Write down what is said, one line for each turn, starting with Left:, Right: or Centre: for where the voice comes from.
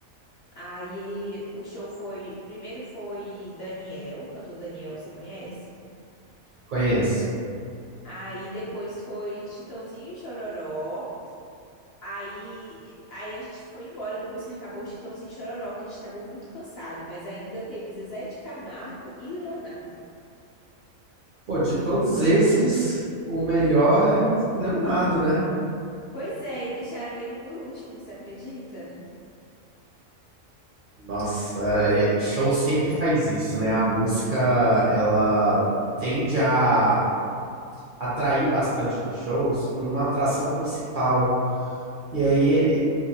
Left: Aí o show foi, primeiro foi Daniel, cantor Daniel, você conhece?
Right: Conheço.
Left: Aí depois foi Chitãozinho e Chororó. Aí, aí a gente foi embora depois que acabou o Chitãozinho e Chororó, que a gente estava muito cansado, mas ainda teve Zezé de Camargo e Leonardo.
Right: Pô, de todos esses, o melhor é o Leonardo, né?
Left: Pois é, e deixaram ele por último, você acredita?
Right: Nossa, é, show sempre faz isso, né? A música, ela tende a atrair bastante nos shows com uma atração principal. E aí ele-